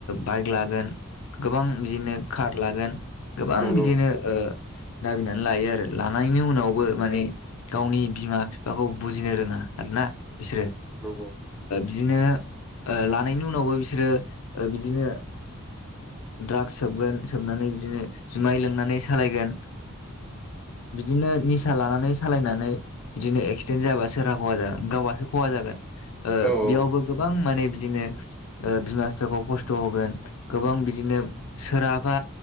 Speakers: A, on the left; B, in the centre.
A: बाइक लागोन गोबां बिदिनो कार लागोन गोबां
B: नंगौ
A: बिदिनो दाबिनानै लायो आरो लानायनि उनावबो माने गावनि बिमा बिफाखौ बुजिनो रोङा आरो ना बिसोरो
B: नंगौ नंगौ
A: बिदिनो लानायनि उनावबो बिसोरो बिदिनो ड्राग्स सोबगोन सोबनानै बिदिनो जुमाय लोंनानै सालायगोन बिदिनो निसा लानानै सालायनानै बिदिनो एक्सिडेन्ट जाबा सोरहा खहा जागोन गावहासो खहा जागोन
B: औ
A: बेयावबो
B: औ
A: गोबां माने बिदिनो बिमा बिफाखौ खस्थ' होगोन गोबां बिदिनो सोरहाबा